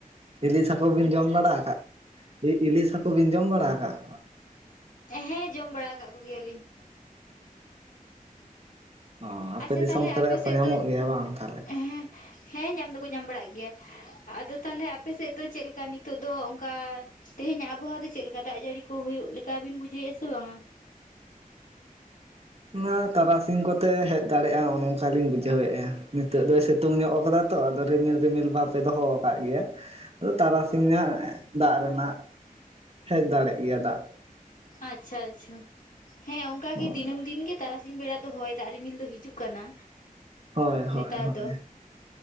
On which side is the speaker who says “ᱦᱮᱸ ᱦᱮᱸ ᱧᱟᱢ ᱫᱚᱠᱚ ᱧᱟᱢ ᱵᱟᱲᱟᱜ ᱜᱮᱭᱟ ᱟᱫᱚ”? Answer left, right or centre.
Left